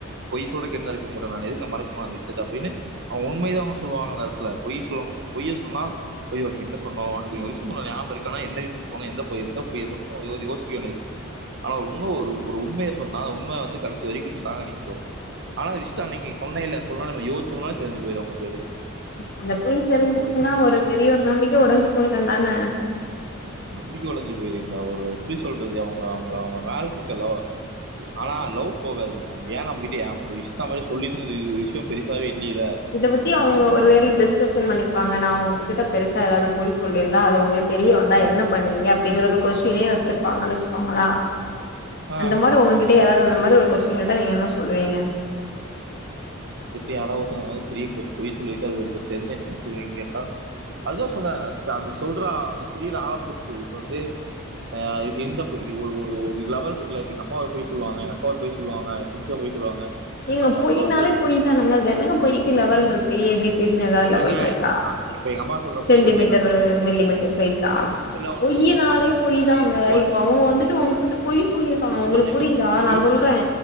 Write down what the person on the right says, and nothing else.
பொய் சொல்றக்கு என்ன இருக்கு உங்கள்ட நான் எதுக்கு மறைக்கணு அந்த விஷயத்த அப்டின்னு அவங்க உண்மைதாங்க சொல்லுவாங்க அந்த எடத்துல பொய் சொல்வாங்க பொய்யே சொன்னா பொய் வந்து என்ன சொன்னோ அனைக்கு ஒரு விஷயோ சொன்னோ ஞாபகொ இருக்கானா எந்த விஷயத்த சொன்னொ எந்த பொய்ய எந்த பொய்ய சொன்னோ யோ யோசிக்க வேண்டியது இருக்கு ஆனா உண்ம ஒரு ஒரு உண்மைய சொன்னா உண்ம வந்து கடைசி வரைக்கு ஸ்ட்ராங்க நிக்கு ஆனா அந்த விஷயத்த அன்னைக்கு நீ சொன்னே இல்ல சொன்னே நம யோச்சோன தெரிஞ்சு போயிரு அவங்களுக்கு அது
அப்படி
நம்பிக்க ஒடஞ்சு போயிருங்களா ஒரு எப்டி சொல்றது அவங்கள அவங்களா அவங்க மேல இருக்கு அல்லவா ஆனா லவ் போகாதுங்க ஏனா நம்மகிட்ட ஏ அந்தந்த விஷயத்த நம்மட்ட சொல்லிருந்தா இ விஷயோ பெருசாவே இல்லில்ல
ஆ
வந்துட்டு யாராவ் ஒருத்தங்க அந்த மாரி பெரிய பெ பொய் சொல்லிருக்கு அது இப்ப தெரிஞ்சா என்ன சொல்லுவீங்கன் கேட்டா அதுதா சொல்றே த அந்த சொல்ற அந்த புரிற ஆள பொறுத்து இப்ப வந்து ஆ இ இந்த பொய் ஒரு ஒரு ஒரு லெவல் இருக்குல்ல இப்ப எங்க அம்மா ஒரு பொய் சொல்லுவாங்க எங்க அக்கா ஒரு பொய் சொல்லுவாங்க தினுசா பொய் சொல்லுவாங்க
அ-
அப்புறம் வந்து
ஏங்க
அ- இப்ப எங்க அம்மா சொல்ற
பொய் வந்து
எல்லாம் ஒண்ணும்
இல்ல எங்க அம்மா
சொல்லுவாங்க
இப்ப நான்
கேட்கிறேன்